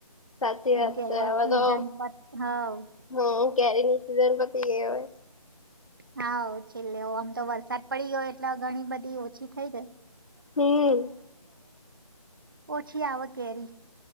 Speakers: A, on the left; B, on the right.
A: સાચી
B: કેમ
A: વાત
B: કે
A: છે હવે
B: સીઝન
A: તો
B: પર હવ
A: હમ કેરીની સીઝન પતી ગઈ હવે.
B: હા છેલ્લે આમ તો વરસાદ પડી ગયો એટલે ઘણી બધી ઓછી થઈ જાય.
A: હમ્મ
B: ઓછી આવે કેરી.